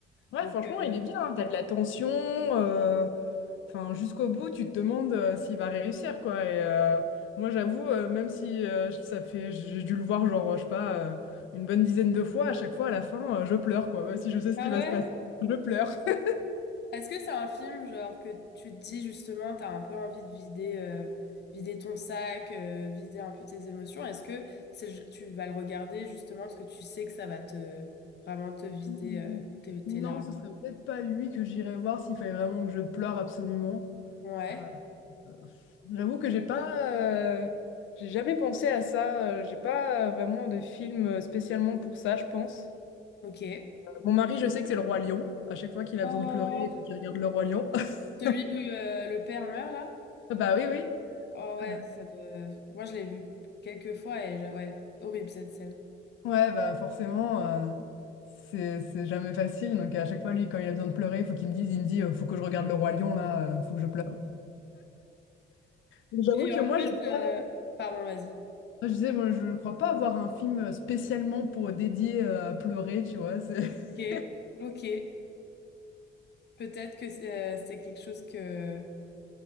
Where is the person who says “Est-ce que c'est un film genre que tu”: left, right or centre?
Left